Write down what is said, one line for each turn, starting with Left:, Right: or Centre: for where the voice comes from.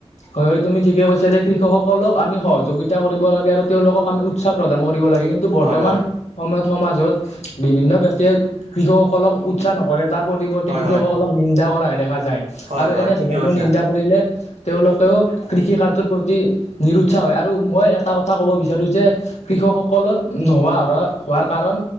Left: হয়, হয় তুমি ঠিকেই কৈছা যে কৃষকসকলক আমি সহযোগিতা কৰিব লাগে আৰু তেওঁলোকক আমি উৎসাহ প্ৰদান কৰিব লাগে, কি বৰ্তমান
Right: হয় হয়
Left: সময়ত সমাজত বিভিন্ন ব্যক্তিয়ে কৃষকসকলক উৎসাহ নকৰে তাৰ পৰিৱৰ্তে
Right: হয়
Left: কৃষকসকলক
Right: হয়
Left: নিন্দা কৰাহে দেখা যায়
Right: হয়
Left: আৰু
Right: হয়
Left: এনেধৰ
Right: ঠিকে কৈছা
Left: <inaudible> কৰিলে তেওঁলোকেও কৃষি কাৰ্যৰ প্ৰতি নিৰুৎসাহ হয় আৰু মই এটা কথা ক'ব বিচাৰোঁ যে কৃষকসকলৰ নোহোৱা হ'ৰা। হোৱাৰ কাৰণ